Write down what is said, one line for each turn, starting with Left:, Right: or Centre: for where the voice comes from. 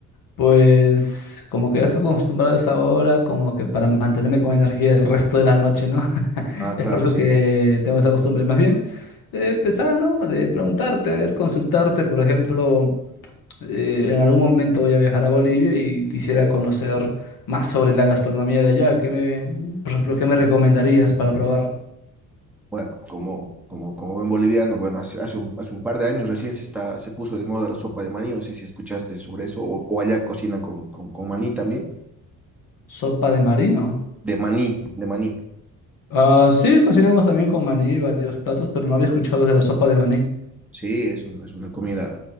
Left: Pues como que ya estoy acostumbrado a esa hora, como que para mantenerme con energía el resto de la noche, ¿no? <laughs>
Centre: Ah,
Left: Es
Centre: claro,
Left: por eso
Centre: sí.
Left: que tengo esa costumbre. Más bien, eh, pensaba, ¿no? De preguntarte, a ver, consultarte, por ejemplo, eh, en algún momento voy a viajar a Bolivia y quisiera conocer más sobre la gastronomía de allá. ¿Qué me, por ejemplo, qué me recomendarías para probar?
Centre: Bueno, como, como, como buen boliviano, bueno, hace, hace un, hace un par de años recién se, está, se puso de moda la sopa de maní, no sé si escuchaste sobre eso, o, o allá cocinan con, con, con maní también,
Left: ¿Sopa de marino?
Centre: de maní, de maní.
Left: Ah, sí, cocinamos también con maní varios platos, pero no había escuchado de la sopa de maní.
Centre: Sí, es, un- es una comida